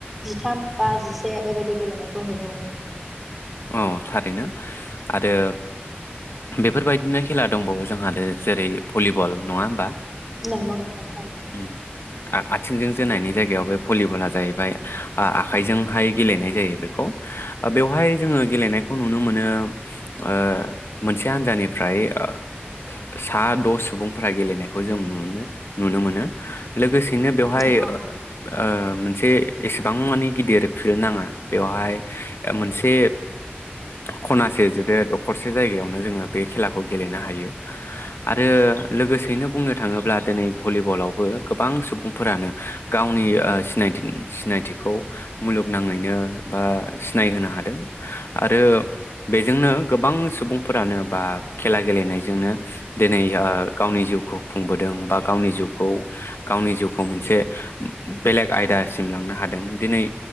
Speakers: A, in the centre; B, on the left (about 75°).
A: जिथाम बा जिसे बेबायदि गेलेनायखौ नुनो मोनो नोंथां
B: औ थारैनो आरो बेफोरबायदिनो खेला दंबावो जोंहा ओ जेरै भलिबल नङा होमबा
A: नोंगौ नोथां थारैनो
B: उम आ आथिंजों जोनायनि जायगायाव बे भलिबला जाहैबाय आखायजोंहाय गेलेनाय जायो बे खौ बेवहाय गेलेनायखौ नुनो मोनो ओ मोनसे हान्जानिफ्राय ओ सा द' सुबुंफोरा गेलेनायखौ जों नुनो मोनो लोगोसे बिनि बेवहाय
A: नंगौ
B: ओ
A: नोंथां
B: मोनसे एसेबां माने गिदिर फिल्ड नाङा बेवहाय मोनसे खनासे जुदि दखरसे जायगायावनो जोङो बे खेलाखौ गेलेनो हायो आरो लोगोसेयैनो बुंनो थाङोब्ला दिनै भलिबलावबो गोबां सुबुंफोरानो गावनि ओ सिनाय सिनायथिखौ मुलुगनाङैनो बा सिनायहोनो हादों आरो बेजोंनो गोबां सुबुंफोरानो बा खेला गेलेनायजोंनो दिनै ओ गावनि जिउखौ खुंबोदों बा गावनि जिउखौ गावनि जिउखौ मोनसे बेलेग आयदासिम लांनो हादों दिनै